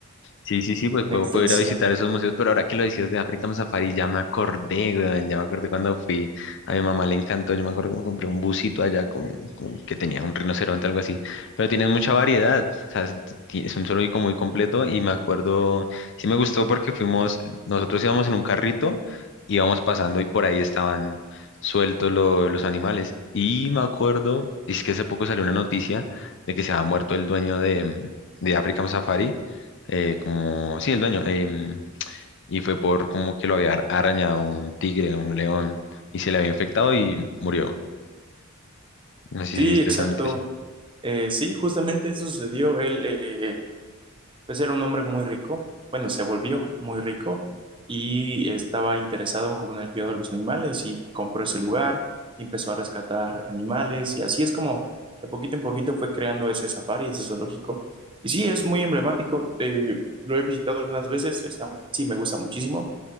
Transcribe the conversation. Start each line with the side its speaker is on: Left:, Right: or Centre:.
Left: Sí, sí, sí, pues
Right: en
Left: puedo,
Right: extensión.
Left: puedo ir a visitar esos museos, pero ahora que lo decías de África Safari, ya me acordé, weón, ya me acordé cuando fui, a mi mamá le encantó, yo me acuerdo que me compré un busito allá con, con- que tenía un rinoceronte, algo así, pero tienen mucha variedad, o sea, es, ti- es un zoológico muy completo y me acuerdo, sí me gustó porque fuimos, nosotros íbamos en un carrito, íbamos pasando y por ahí estaban sueltos lo- los animales y me acuerdo, es que hace poco salió una noticia de que se había muerto el dueño de, de África Safari eh, como, sí, el dueño, em, y fue por como que lo había ar- arañado un tigre, un león, y se le había infectado y murió. No sé si
Right: Sí,
Left: viste
Right: exacto.
Left: esa noticia.
Right: Eh, sí, justamente eso sucedió. Él, eh, pues era un hombre muy rico. Bueno, se volvió muy rico y estaba interesado como en el cuidado de los animales y compró ese lugar y empezó a rescatar animales y así es como de poquito en poquito fue creando ese safari, ese zoológico. Y sí, es muy emblemático. eh, lo he visitado algunas veces. Está, sí, me gusta muchísimo.